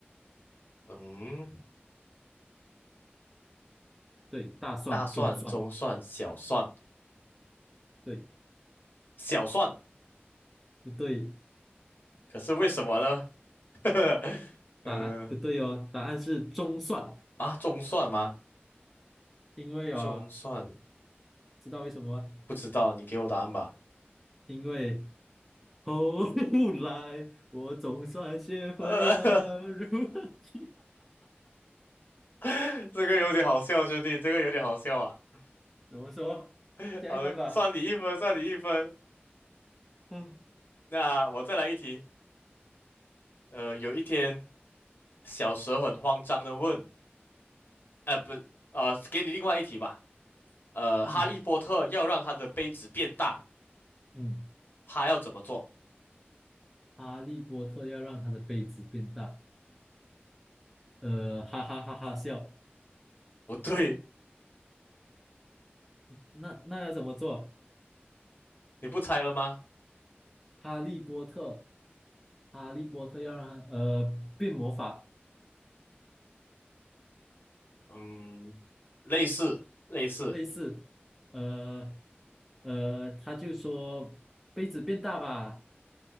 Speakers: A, on the left (about 55°); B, in the centre.
A: 嗯，
B: 对，大蒜、
A: 大蒜、
B: 中蒜，
A: 中蒜、小蒜、
B: 对，
A: 小蒜，
B: 不对？
A: 可是为什么呢？<laughs> 呃，
B: 答案不对哦，答案是中蒜，
A: 啊，中蒜吗？
B: 因为哦，
A: 中蒜，
B: 知道为什么吗？
A: 不知道，你给我答案吧。
B: 因为后 <laughs> 来我总算学会了如何去
A: 呃，<laughs> 这个有点好笑，兄弟，这个有点好笑啊。
B: 怎么说，
A: <laughs>
B: 下一半吧。
A: 好算你一分，算你一分。
B: 嗯
A: 那我再来一题。呃，有一天，小蛇很慌张的问，呃，不，呃，给你另外一题吧。呃，
B: 嗯
A: 哈利波特要让他的杯子变大，
B: 嗯，
A: 他要怎么做？
B: 哈利波特要让他的杯子变大，呃，哈哈哈哈笑。
A: 不对，
B: 那那要怎么做？
A: 你不猜了吗？
B: 哈利波特，哈利波特要让他呃变魔法。
A: 嗯，类似，类似，
B: 类似，呃呃，他就说杯子变大吧，